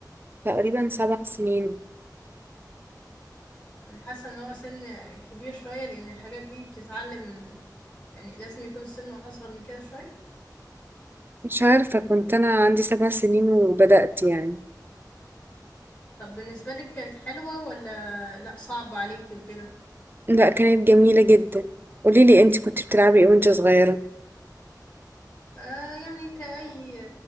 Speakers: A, on the right; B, on the left.
A: تقريبا سبع سنين
B: انا حاسة ان هو سن كبير شوية لان الحاجات دي بتتعلم يعني لازم يكون السن اصغر من كده شوية
A: مش عارفة كنت أنا عندي سبع سنين وبدأت يعني
B: طب بالنسبة لك كانت حلوة ولا لا صعب عليكي وكده
A: لا كانت جميلة جدا قوليلي انت كنت بتلعبي ايه وانت صغيرة
B: آه يعني كأي